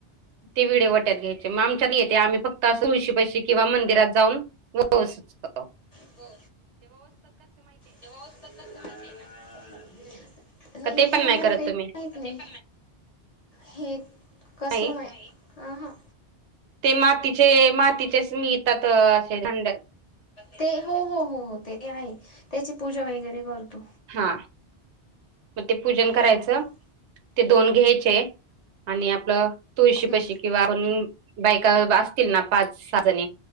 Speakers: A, on the right (about 80°); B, on the left (about 40°).
A: ते व्हडिओ. ट्यात घ्यायचे मग आमच्या येते आम्ही फक्त तळशी पैशी किंवा मंदिरात जाऊनतो.
B: हो तेव्हातात काळज ना. नाही
A: का ते पण
B: हे आम्हाला
A: करत
B: काही
A: तुम्ही
B: माहत नाही हे. कसलं
A: नाही
B: माहि अ हा.
A: ते मातीचे मातीचेच मिीळेतात असे ंड्या.
B: ते हो हो हो हो ते आहे त्याची पूजा वगैरे करतो.
A: हा मग ते पूजन करायचं
B: हा हम्म
A: ते दोन घ्यायचे. आणि आपलं तुळशी
B: हम्म
A: पशी किंवा आप बायका असतील ना पाच सहा जणी.....